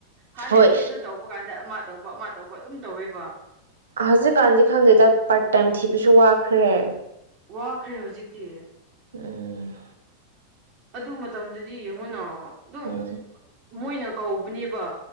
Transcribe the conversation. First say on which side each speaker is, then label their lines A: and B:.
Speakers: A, on the right; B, on the right.
A: ꯍꯥꯟꯅꯗꯤ
B: ꯍꯣꯏ
A: ꯑꯗꯨ ꯇꯧꯕ ꯀꯥꯟꯗ ꯑꯃ ꯇꯧꯕ ꯑꯃ ꯇꯧꯕ ꯑꯗꯨꯝ ꯇꯧꯋꯦꯕ
B: ꯍꯖꯤꯦꯒꯥꯟꯙꯤ ꯈꯥꯟꯗꯦꯗ ꯄꯔ ꯇꯥꯏꯝ ꯊ ꯄꯁꯨ ꯋꯥ ꯈꯔꯦ
A: ꯋꯥꯈ꯭ꯔꯦ ꯍꯧꯖꯤꯛꯇꯤ
B: ꯎꯝ
A: ꯑꯗꯨ ꯃꯇꯝꯗꯗꯤ ꯌꯦꯡꯉꯨꯅ ꯑꯗꯨꯝ
B: ꯎꯝ
A: ꯃꯣꯏꯅ ꯀꯧꯕꯅꯦꯕ